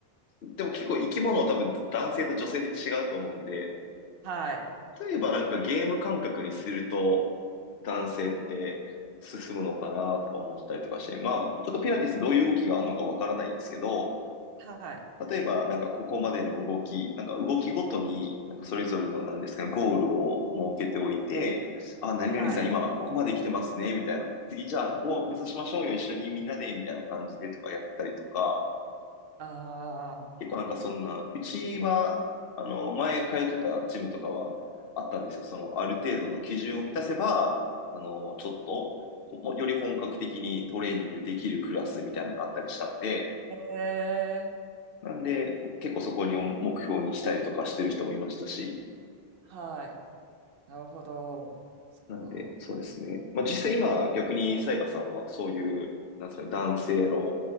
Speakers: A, on the left; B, on the right.
A: でも結構生き物は多分男性と女性で違うと思うんで、
B: はい、
A: 例えばなんかゲーム感覚にすると男性って進むのかなとか思ったりとかして、まあちょっとピラティスどういう動きがあるのかわからないですけど、
B: はい、
A: 例えば、なんかここまでの動き、なんか動きごとに、なんかそれぞれの何ですかね、ゴールを設けておいて、あ、何々さん今はここまで来てますね、
B: はい。
A: みたいな。次じゃあここを目指しましょうよ、一緒にみんなで、みたいな感じでとかやったりとか、
B: あ
A: 結構なんかそんな、うちは、あの、前通ってたジムとかはあったんですよ。その、ある程度の基準を満たせば、あの、ちょっと、ほより本格的にトレーニングできるクラスみたいなのがあったりしたんで、
B: あ、へえ
A: なんで、結構そこに目標にしたりとかしてる人もいましたし、
B: はい。なるほど。そっか。
A: なんで、そうですね。まあ実際今逆にさやかさんはそういう、なんですかね、男性の